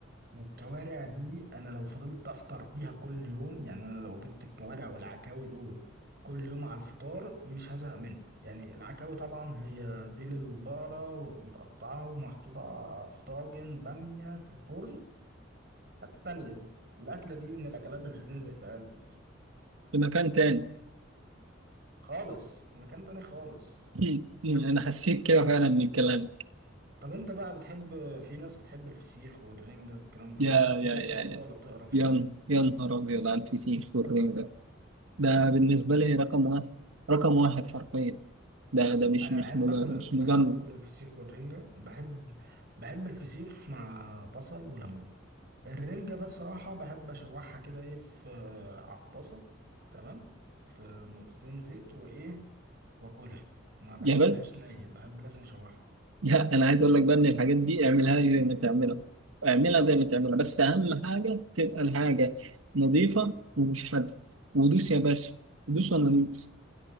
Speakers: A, on the right; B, on the right.
A: والكوارع دي انا لو فضلت افطر بيها كل يوم يعني انا لو جبت الكوارع والعكاوي دول كل يوم على الفطار مش هزهق منه يعني العكاوي طبعا هي ديل البقرة ومتقطعة ومحطوطة في طاجن بامية في الفرن التانية الأكلة دي من الأكلات اللي بتنزل في قلبي
B: في مكان تاني
A: خالص في مكان تاني خالص
B: <laughs> أنا حسيت كده فعلا من الكلام
A: طب أنت بقى بتحب في ناس بتحب الفسيخ والرنجة والكلام ده
B: يا
A: بتحبهم
B: يا
A: أنت
B: يا
A: برضو
B: يا
A: ولا بتقرف؟
B: يا ن- يا نهار أبيض على الفسيخ والرنجة ده ده بالنسبة لي رقم واحد رقم واحد حرفيا ده ده مش
A: أنا
B: مش
A: بحب
B: مج-
A: آكل
B: مش
A: بحب
B: مجمد
A: آكل الفسيخ والرنجة بحب بحب الفسيخ مع بصل وليمون الرنجة بصراحة بحب أشوحها كده إيه في آه، على الطاسة تمام في نقطتين زيت وإيه وآكلها ما بحبهاش
B: يا بل
A: نية بحب لازم أشوحها
B: لا أنا عايز أقول لك بقى إن الحاجات دي اعملها زي ما تعملها اعملها زي ما تعملها بس أهم حاجة تبقى الحاجة نظيفة ومش حادة ودوس يا باشا دوس وأنا دوس